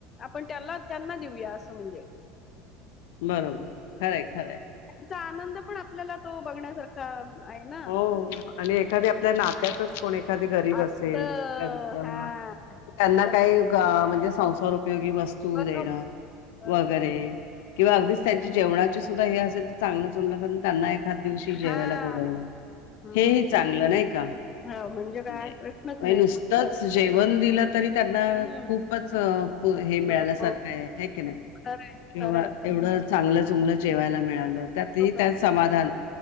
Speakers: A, on the left; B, on the left.
A: आपण त्यांना त्यांना देऊया असं म्हणजे
B: बरोबर खरंय खरंय
A: चा आनंद पण आपल्याला तो बघण्यासारखा आहे ना
B: हो आणि एखाद्या आपल्या नात्यातच कोण आहे. एखादी गरीब
A: असत
B: असेल त्यां तेव्हा
A: हा
B: त्यांना
A: बर-
B: काही म्हणजे संसार उपयोगी वस्तू
A: बरोबर
B: देणं
A: बरोबर
B: वगैरे
A: आहे
B: किंवा
A: हम्म
B: अगदीच त्यांची जेवणाची सुद्धा हे असेल तर चांगलं चुललं करून त्यांना एखाद दिवशी जेवायला
A: हा
B: पुरवणं
A: हम्म
B: हे ह चांगलं नाही का म्हणजे
A: हो काय प्रश्नच नाही
B: नुसतच
A: बरोबर
B: जेवत तरी त्यांना
A: हम्म
B: खूपच हे मिळाल्यासारखं
A: हो हो.
B: आहे ह की नाही
A: खरंय
B: किंवा
A: खरंय खरं
B: एवढं चांगलंच चुगल जेवायला मिळाल
A: बरोबर
B: त्यात ही त्यात
A: आहे.
B: समाधान